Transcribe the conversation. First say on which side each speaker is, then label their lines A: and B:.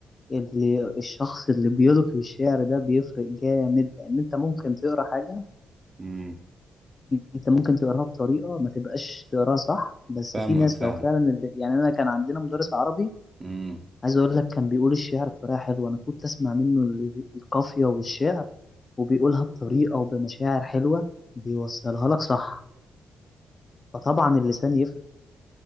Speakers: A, on the left; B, on the right.
A: اللي الشخص اللي بيلقي الشعر ده بيفرق جامد لان انت ممكن تقرا حاجه
B: امم
A: انت ممكن تقراها بطريقه ما تبقاش تقراها صح بس
B: فاهمك
A: في ناس
B: فاهم
A: لو فعلا اللي- يعني انا كان عندنا مدرس عربي
B: امم
A: عايز اقول لك كان بيقول الشعر بطريقه حلوه انا كنت اسمع منه ال- القافيه والشعر وبيقولها بطريقه وبمشاعر حلوه بيوصلها لك صح فطبعا اللسان يفرق